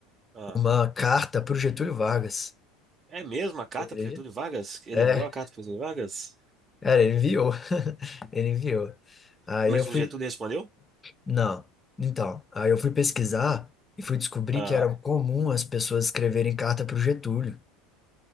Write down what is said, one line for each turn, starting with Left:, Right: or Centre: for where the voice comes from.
Right: ah.
Left: uma carta pro Getúlio Vargas.
Right: É mesmo a carta
Left: Você acredita?
Right: pro Getúlio Vargas? Ele
Left: É,
Right: enviou a carta pro Getúlio Vargas?
Left: cara, ele enviou. <laughs> Ele enviou. Aí
Right: Mas
Left: eu fui
Right: o Getúlio respondeu?
Left: Não. Então, aí eu fui pesquisar e fui descobrir
Right: Ah,
Left: que era comum as pessoas escreverem carta para o Getúlio.